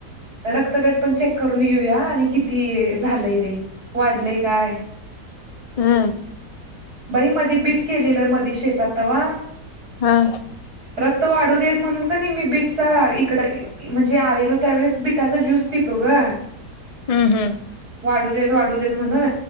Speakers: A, on the right; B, on the left.
A: रक्तगट पण चेक करून येऊया आणि किती झालंय ते वाढलय काय?
B: हम्म
A: बाई मधी बीट केलेलं मधी शेतात तवा
B: हा.
A: रक्त वाढू देत म्हणून का नाही मी बीटचा इकड्य म्हणजे आलेलो त्या वेळेस बिटाचा ज्यूस पितो गं.
B: हम्म हम्म
A: वाढू देत वाढू देत म्हणून ना